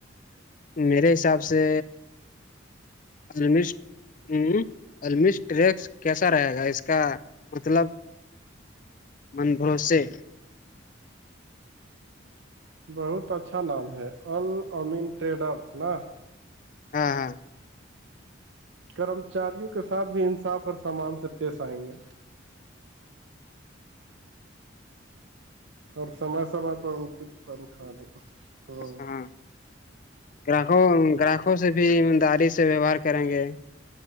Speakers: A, on the left (about 45°); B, on the right (about 70°).
A: میرے حساب سے الش ہ الش ٹریکس کیسا رہے گا اس کا مطلب من بھروسے
B: بہت اچھا نام ہے ال امین ٹریڈرس نا
A: ہاں ہاں
B: کرمچاریوں کے ساتھ بھی انصاف اور سامان سے پیش آئیں گے اور سمے سمے پ ان کی تنخواہ دیں
A: ہاں گراہکوں گراہکوں سے بھی داری سے ویوہار کریں گے